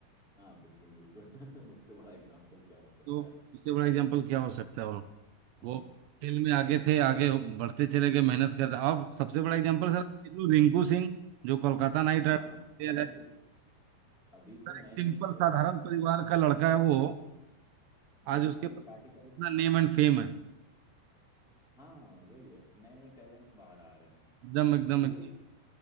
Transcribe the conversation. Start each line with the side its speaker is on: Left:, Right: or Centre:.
Centre: हाँ बिल्कुल बिल्कुल <laughs> उससे बड़ा एग्जाम्पल क्या हो सकता
Right: तो
Centre: है
Right: उससे बड़ा एग्जाम्पल क्या हो सकता है और
Centre: आ,
Right: वो खेल में आगे थे आगे बढ़ते चले गए मेहनत कर रहे और सबसे बड़ा एग्जाम्पल
Centre: हाँ
Right: सर देखो, रिंकू सिंह जो कोलकाता नाइट
Centre: हाँ
Right: राइडर
Centre: अभी
Right: है
Centre: तो अभी तो
Right: सर
Centre: नए
Right: एक सिंपल
Centre: नए को-
Right: साधारण
Centre: काफी
Right: परिवार का लड़का है वो
Centre: हम्म
Right: आज उसके
Centre: अभी
Right: पास
Centre: काफी
Right: इतना
Centre: काफी
Right: नेम एंड फेम है
Centre: हाँ वही है कि नए नए टैलेंट्स बाहर आ रहे हैं
Right: एकदम एकदम
Centre: और वो
Right: एकदम
Centre: इसी